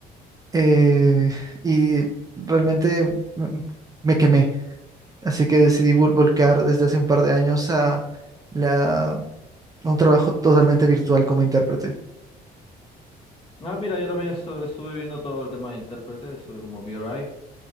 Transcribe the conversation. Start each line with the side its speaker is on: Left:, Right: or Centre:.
Right: eh, y realmente me, me quemé, así que decidí vol- volcar desde hace un par de años a, la, a un trabajo totalmente virtual como intérprete.
Left: Ah, mira, yo también estu- estuve viendo todo el tema de intérprete, estuve como VRI